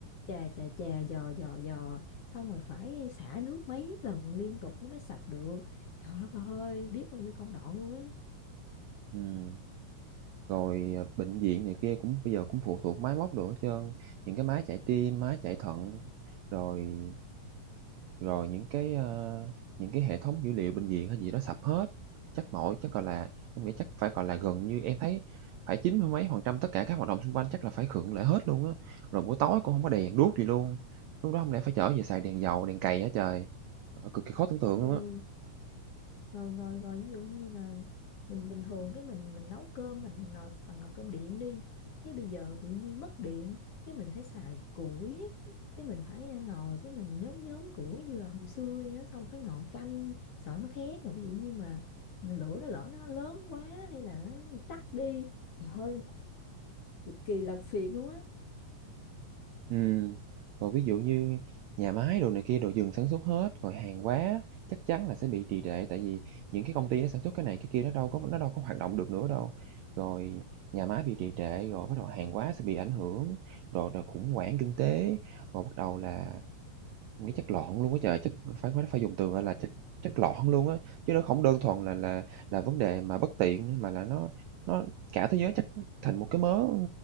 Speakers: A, on the left (about 60°); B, on the right (about 85°).
A: chà chà chà, dò dò dò xong rồi phải xả nước mấy lần liên tục nó mới sạch được trời đất ơi biết bao nhiêu công đoạn luôn á
B: Ừm, rồi, à, bệnh viện này kia cũng bây giờ cũng phụ thuộc máy móc đồ hết trơn, những cái máy chạy tim, máy chạy thận, rồi Rồi những cái, ơ, những cái hệ thống dữ liệu bệnh viện hay gì đó sập hết, chắc mỗi chắc, gọi là, em nghĩ chắc phải, gọi là, gần như em thấy phải chín mươi mấy phần trăm tất cả các hoạt động xung quanh chắc là phải khựng lại hết luôn á. Rồi buổi tối cũng không có đèn đuốc gì luôn, lúc đó không lẽ phải trở về xài đèn dầu, đèn cầy hả trời? Ờ, cực kỳ khó tưởng tượng
A: ừ,
B: luôn á.
A: rồi rồi rồi ví dụ như là mình bình thường cái mình mình nấu cơm mình nồi bằng nồi cơm điện đi cái bây giờ tự nhiên mất điện cái mình phải xài củi cái mình phải à, ngồi cái mình nhóm nhóm củi như là hồi xưa vậy á xong phải ngồi canh sợ nó khét rồi ví dụ như mà lửa nó lỡ nó lớn quá hay là nó tắt đi trời ơi cực kỳ là phiền luôn á
B: Ừm, rồi ví dụ như nhà máy đồ này kia đồ dừng sản xuất hết, rồi hàng hóa chắc chắn là sẽ bị trì trệ tại vì những cái công ty nó sản xuất cái này cái kia nó đâu có nó đâu có hoạt động được nữa đâu. Rồi Nhà máy bị trì trệ rồi bắt đầu hàng hóa sẽ bị ảnh hưởng, rồi rồi khủng hoảng kinh tế, rồi bắt đầu là nghĩ chất lọn luôn á trời, chất phải phải phải dùng từ, gọi là, chất chất lọn luôn á, chứ nó không đơn thuần là là là vấn đề mà bất tiện nữa, mà là nó nó cả thế giới chắc thành một cái mớ